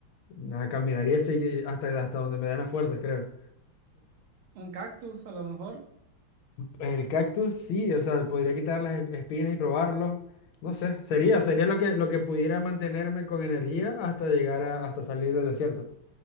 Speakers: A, on the left (about 75°); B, on the right (about 85°).
A: nada, caminaría segui- hasta, hasta donde me dan las fuerzas, creo.
B: Un cactus a lo mejor.
A: El cactus, sí, o sea, podría quitar las e- espinas y probarlo. No sé, sería, sería lo que, lo que pudiera mantenerme con energía hasta llegar a, hasta salir del desierto.